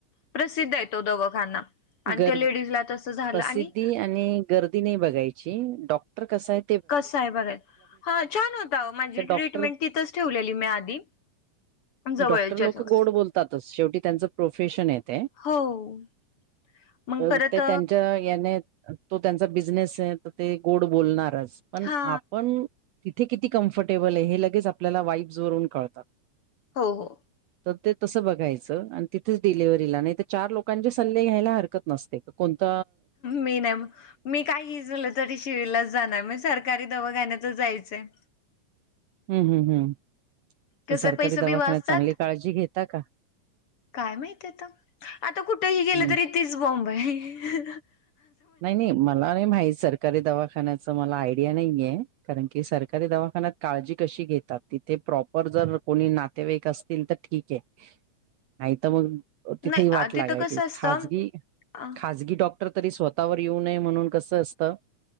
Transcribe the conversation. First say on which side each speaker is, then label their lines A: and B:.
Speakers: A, on the left; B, on the right.
A: प्रसिद्ध ये तो दवाखाना. आणि
B: गर
A: त्या लेडीज ला तसं झालं
B: प्रसिद्धी
A: आणि
B: आणि गर्दी नाही बघायची डॉक्टर कसाय
A: कसं आहे बघायच हा छान होता माझी
B: का डॉक्टर
A: ट्रीटमेंट तिथंच ठेवलेली मी आधी जवळच्या
B: डॉक्टर लोक
A: जवळ
B: गोड बोलतातच शेवटी त्यांच प्रोफेशन आहे ते
A: हो. मग
B: तर
A: परत
B: ते त्यांच्या याने तो त्यांचा बिझनेस ये तर ते गोड बोलणारच पण
A: हा
B: आपण तिथे किती कम्फर्टेबलये हे लगेच आपल्याला वाईब्ज वरून कळत.
A: हो हो.
B: तर ते तसं बघायचं आणि तिथेच डिलिव्हरी ला नाही तर चार लोकांच्या सल्ले घ्यायला हरकत नसते कोणत
A: मी नाही मी काय इजलं तरी सिव्हिल लाच जाणार म्हणजे सरकारी दवाखाण्यातच जायचंय
B: हम्, हम्, हम्
A: कसं
B: पण सरकारी
A: पैसे
B: दवाखान्यात
A: बी वाचतात
B: चांगली काळजी घेता का
A: काय माहित आता आता कुठेही गेलं
B: हम्म
A: तरी तीच बोंब ये
B: नाही, नाही मला नाही माहित सर रकारी दवाखान्याच मला आयडिया नाहीये कारण की सरकारी दवाखान्यात काळजी कशी घेतात ती ते प्रॉपर जर कोणी नातेवाईक असतील तर ठीक आहे नाही तर मग तिथेही
A: नाही
B: वाट लागायची
A: तिथं कसं असतं
B: खाजगी,
A: अ
B: खाजगी डॉ तरी स्वतःवर येऊ नये म्हणून कसं असतं